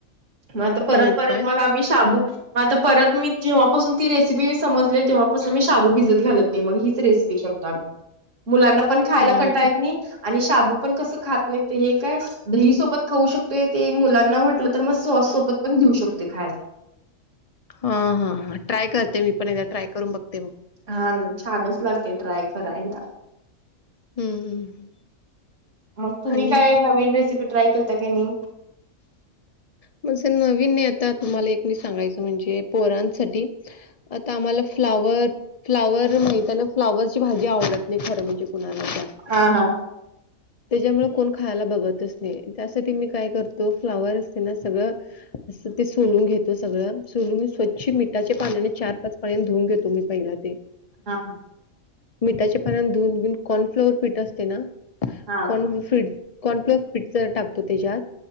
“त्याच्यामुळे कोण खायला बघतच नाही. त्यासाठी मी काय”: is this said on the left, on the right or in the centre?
Left